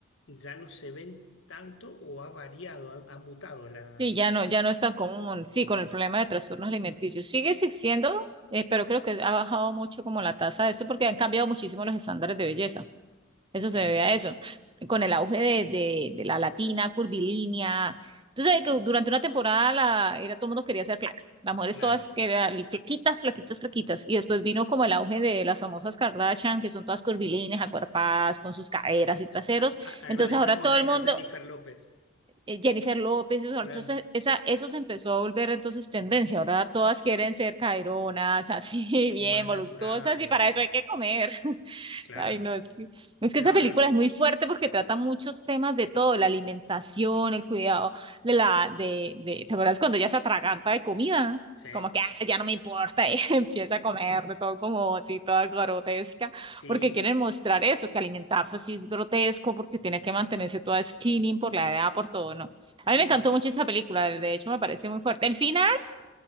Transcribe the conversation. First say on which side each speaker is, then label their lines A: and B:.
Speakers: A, on the left; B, on the right.
A: ya no se ven tanto o ha variado, ha, ha mutado la...
B: Sí, ya no, ya no es tan común. Sí, con el problema de trastornos alimenticios. Sigue existiendo, eh, pero creo que ha bajado mucho como la tasa de eso porque han cambiado muchísimo los estándares de belleza. Eso
A: Sí,
B: se debe a eso. Con el auge de, de, de la latina, curvilínea. Entonces, que durante una temporada la, era, todo el mundo quería ser flaca. Las mujeres
A: claro.
B: todas querían flaquitas, flaquitas, flaquitas. Y después vino como el auge de las famosas Kardashian, que son todas curvilíneas, acuerpadas, con sus caderas y traseros.
A: A- a-
B: Entonces,
A: agradezcámosles
B: ahora todo el mundo,
A: a Jennifer López,
B: eh, Jennifer López, eso,
A: claro,
B: entonces esa, eso se empezó a volver entonces tendencia. Ahora todas quieren ser caderonas, así, <laughs> bien,
A: más
B: voluptuosas,
A: naturales.
B: y para eso hay que comer.
A: Claro,
B: Ay, no, es que, es que
A: no,
B: esa película
A: no,
B: es muy fuerte porque trata muchos temas de todo, la alimentación, el cuidado de la, de, de, ¿te acuerdas cuando ella se atraganta de comida?
A: sí,
B: Como que, "Ah, ya no me importa, <laughs> y empieza a comer de todo como así, toda grotesca,
A: sí,
B: porque quieren mostrar eso, que alimentarse así es grotesco, porque tiene que mantenerse toda skinny por la edad, por todo, ¿no?
A: sí,
B: A mí me encantó mucho esa película, de hecho me parece muy fuerte. El final